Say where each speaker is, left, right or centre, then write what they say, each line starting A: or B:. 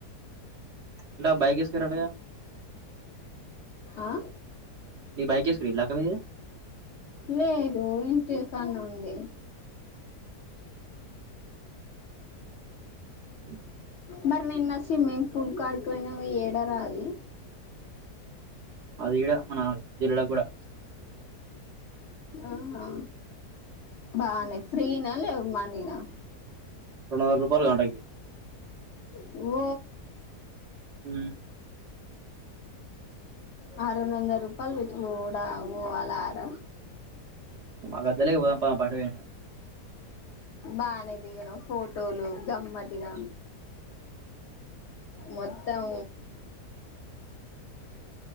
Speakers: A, on the right; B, on the left.
A: ఇడ బైకిస్తరంటగా
B: ఆ
A: మీ బైక్ వేసుకురు ఇలాక మీది
B: లే ఇదు ఇంతే కాన్న ఉంది
A: అ
B: మరి నిన్న సిమ్మింగ్ ఫూల్ కాడికిపోయినావు ఏడారా అది
A: అది ఈడ మన జిల్లలో గూడా
B: ఆహా బానే ఫ్రీనా లేవ్ మానీనా
A: రెండొందల్ రూపాయలు గంటకి
B: ఓ
A: హ్మ్
B: ఆ రెండొంద రూపాలు పెట్టి నువు గూడా పోవాలార
A: మాగద్దులే పోదాం పా పాండువే
B: బానే దిగను ఫోటోలు గమ్మత్ తిగా మొత్తం